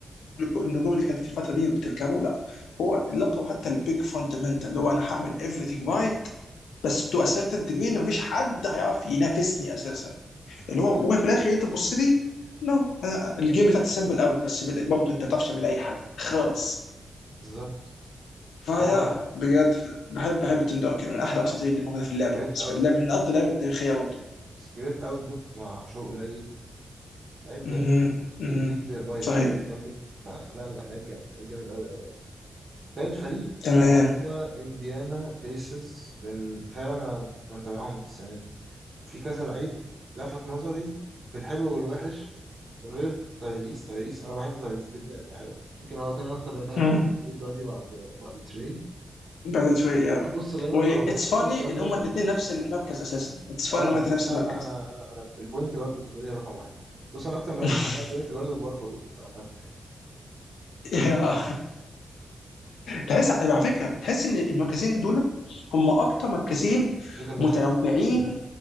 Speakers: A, on the left (about 85°); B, on the right (about 60°).
A: النجوم اللي كان في الفتره دي بتركبه لا هو لقبه حتى البيج فاندمنتال اللي هو انا هعمل everything right بس تو اسيرتن ديجري ان مفيش حد هيعرف ينافسني اساسا اللي هو
B: أمم،
A: وفي الاخر انت تبص لي نو الجيم بتاعتي سمبل قوي بس بال- برضه انت ما بتعرفش تعمل اي حاجه خالص
B: بالظبط
A: فيا
B: هو
A: بجد بحب بحب تيم دانكن من احلى الاساطير اللي موجوده في اللعبه
B: جريت
A: بالنسبه
B: اوتبوت
A: لي لعب- من افضل اللعبه التاريخيه برضه
B: جريت اوتبوت مع شو قليل لعيب
A: اها
B: جامد بيليد
A: اها
B: باي
A: صحيح
B: باي اكزامبل فلا لا لعيب جامد لعيب جامد قوي قوي تالت فريق
A: تمام
B: وهو انديانا بيسرز لان فعلا انا أنا متابعهم السنه دي وفي كذا لعيب لفت نظري بالحلو والوحش غير تايريس تايريس انا بحب تايريس جدا انت عارف يمكن هو تاني اكتر لعيب بحبه
A: مم.
B: في الان بي اي دلوقتي بعد بعد تري
A: بعد شويه
B: في
A: yeah.
B: بص اللعيبه
A: و
B: اللي
A: اتس
B: حواليه
A: فاني
B: شابرد
A: ان هما الاثنين نفس المركز اساسا اتس فاني
B: اه
A: ان هما الاثنين
B: اه
A: نفس
B: أنا- لا
A: المركز
B: انا انا انا انا البوينت جارد بالنسبه لي رقم واحد بص انا اكتر مراكز
A: <laughs>
B: بحبها البوينت جارد والباور فورورد عامه يعني
A: يا تحس على فكره تحس ان المركزين دول هم اكتر مركزين
B: في كونكشن
A: متنوعين